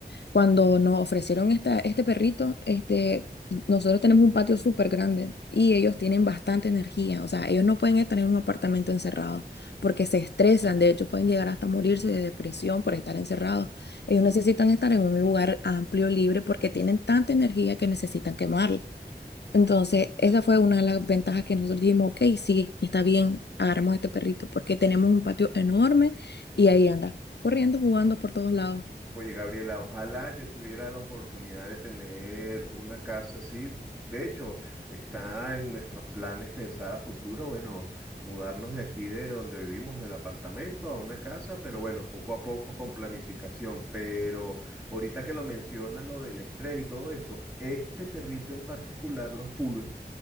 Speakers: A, on the left (about 75°); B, on the right (about 15°).
A: cuando nos ofrecieron esta, este perrito. Este, nosotros tenemos un patio súper grande y ellos tienen bastante energía. O sea, ellos no pueden estar en un apartamento encerrado porque se estresan. De hecho, pueden llegar hasta morirse de depresión por estar encerrados. Ellos necesitan estar en un lugar amplio, libre, porque tienen tanta energía que necesitan quemarla. Entonces, esa fue una de las ventajas que nosotros dijimos, ok, sí, está bien, agarramos este perrito, porque tenemos un patio enorme y ahí anda, corriendo, jugando por todos lados.
B: Oye, Gabriela, ojalá yo tuviera la oportunidad de tener una casa así. De hecho, está en nuestros planes pensar a futuro, bueno, mudarnos de aquí, de donde vivimos, del apartamento a una casa, pero bueno, poco a poco con planificación. Pero ahorita que lo menciona, lo del estrés y todo eso, este perrito en particular, los poodles,